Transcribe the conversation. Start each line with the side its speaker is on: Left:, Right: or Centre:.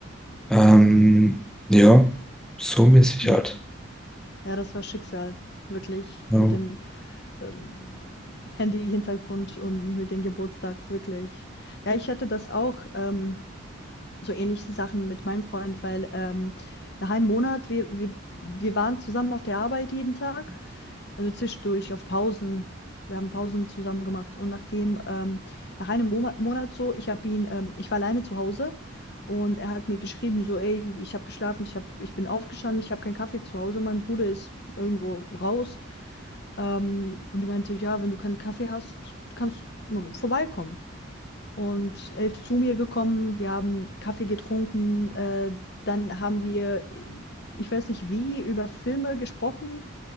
Centre: Ähm, ja, so mäßig
Left: Mhm.
Centre: halt.
Left: Ja, das war Schicksal, wirklich,
Centre: Ja,
Left: mit dem ähm, Handy-Hintergrund und mit dem Geburtstag, wirklich. Ja, ich hatte das auch. Ähm, so ähnliche Sachen mit meinem Freund, weil ähm, nach einem Monat, wir, wir, wir waren zusammen auf der Arbeit jeden Tag, also zwischendurch auf Pausen. Wir haben Pausen zusammen gemacht und nachdem, ähm, nach einem Mo Monat so, ich habe ihn, ähm, ich war alleine zu Hause und er hat mir geschrieben, so, ey, ich habe geschlafen, ich hab, ich bin aufgestanden, ich habe keinen Kaffee zu Hause, mein Bruder ist irgendwo raus. Ähm, und er meinte, ja, wenn du keinen Kaffee hast, kannst du vorbeikommen. Und er ist zu mir gekommen, wir haben Kaffee getrunken, äh, dann haben wir, ich weiß nicht wie, über Filme gesprochen